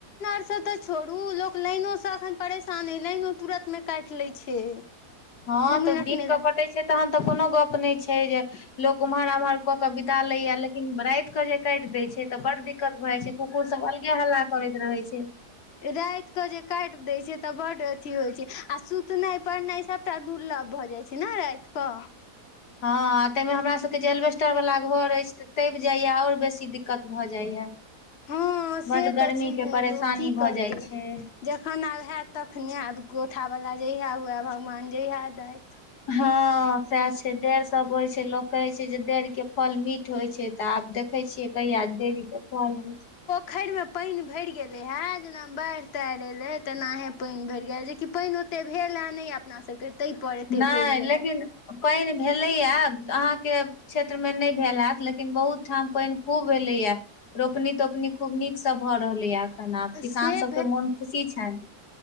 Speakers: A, on the left; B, on the left.
A: इ सब तऽ छोड़ू लोक लाइनो से अखन परेशान हे लाइनो तुरंत मे काट ले छै।
B: हँ
A: दू
B: तऽ
A: मिनट
B: दिन
A: नहि
B: कऽ
A: ल
B: कटै छै तहन तऽ कोनो गप नहि छै। जे लोक उम्हर उम्हर कऽ के बिता लेया लेकिन राात के जे काटि देय छै तऽ बड़ड दिक्कत भए जाइ छै कुकुर सब अलगे हल्ला करैत रहे छै
A: रैत कऽ जे काट दैय छै तऽ बड अथी होय छै आ सुतनाय -पड़नाय सब तऽ दुर्लभ भऽ जाइ छै ने रात कऽ
B: हँ तायमे हमरा सबके जे एलबेस्टर वाला घर हाय तबि जाइय ओर बेसी दिक्कत भऽ जाइया।
A: हँ से
B: बड गर्मी
A: तऽ छैहे
B: के परेशानी
A: लोक की
B: भऽ
A: करतै
B: जाय छै
A: जखन आब हेऽत तखने आब गोठा वाला जहिया हुए भगवान जहिया देै
B: ह सएह छै देर सब होय छै लोक कहै छै जे देर के फल मीठ होय छै तऽ आब देखै छियै। कहिया देवी फल होय छै।
A: खैर मे पानि भर गेले हे जेना बाढ़ ताढ़ एले तेनाहे पानि भरि गेले जेकि पानि ओ एते भेल हे नहि अपना सबके ताहि पर एते
B: नहि
A: भरि गेल
B: लेकिन
A: हे
B: पानि भेलैएा अहाँके क्षेत्र मे नैय भेल हेत लेकिन बहुत ठाम पैन खूब भेलैया रोपनी तोपनी खूब नीक सँ भऽ रहलैए एखन आब किसान
A: से
B: सभके मोन खुशी छन